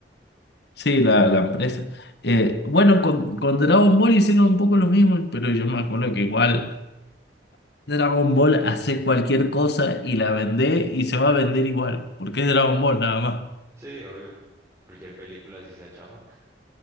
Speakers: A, on the left; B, on the right.
A: sí, la, la empresa. Eh, bueno, con, con Dragon Ball hicieron un poco lo mismo, pero yo me acuerdo que igual... Dragon Ball hace cualquier cosa y la vende y se va a vender igual, porque es Dragon Ball nada más.
B: Sí, obvio. Cualquier película, si sea chafa,